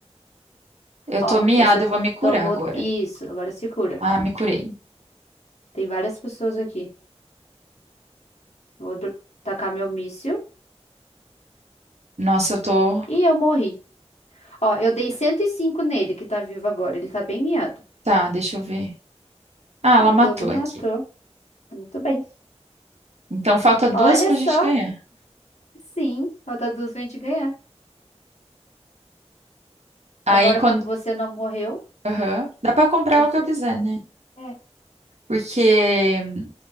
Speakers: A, on the right (about 75°); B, on the left (about 75°).
A: Eu
B: Ó,
A: tô miada,
B: você
A: eu vou me curar
B: tomou
A: agora.
B: isso. Agora se cura.
A: Ah, me curei.
B: Tem várias pessoas aqui. Vou dro- tacar meu míssil.
A: Nossa, eu tô.
B: E eu morri. Ó, eu dei 105 nele, que tá vivo agora. Ele tá bem miado.
A: Tá, deixa eu ver. Ah, ela
B: Ó, a
A: matou
B: Clove matou.
A: aqui.
B: Muito bem.
A: Então falta duas
B: Olha
A: pra
B: só.
A: gente ganhar.
B: Sim, falta duas pra gente ganhar.
A: Aí
B: Agora,
A: quando.
B: como você não morreu,
A: Aham. Dá pra comprar
B: você.
A: o que eu quiser, né?
B: É,
A: Porque hum,